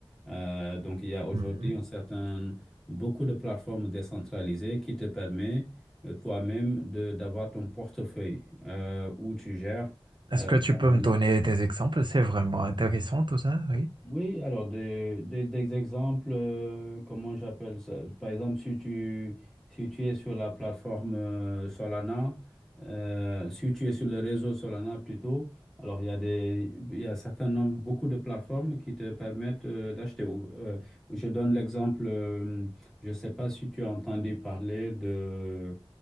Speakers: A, in the centre; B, on the right.
A: Euh, donc, il y a aujourd'hui
B: Mhm.
A: un certain, beaucoup de plateformes décentralisées qui te permet euh, toi-même de d'avoir ton portefeuille euh, où tu gères
B: Est-ce
A: euh,
B: que tu
A: ta
B: peux
A: monnaie.
B: me donner des exemples? C'est vraiment intéressant tout ça, oui.
A: Oui, alors des, des, des exemples, euh, comment j'appelle ça? Par exemple, si tu, si tu es sur la plateforme euh, Solana, euh, si tu es sur le réseau Solana plutôt, alors il y a des, il y a un certain nombre, beaucoup de plateformes qui te permettent euh, d'acheter. Ou, euh, je donne l'exemple, euh, je ne sais pas si tu as entendu parler de,